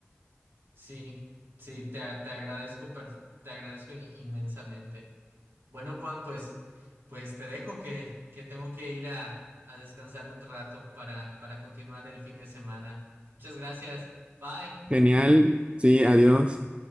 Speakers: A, on the right; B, on the right.
A: Sí, sí, te, a- te agradezco, per- te agradezco in- inmensamente. Bueno, Juan, pues, pues te dejo que, que tengo que ir a, a descansar un rato para, para continuar el fin de semana. Muchas gracias. Bye.
B: Genial, sí, adiós.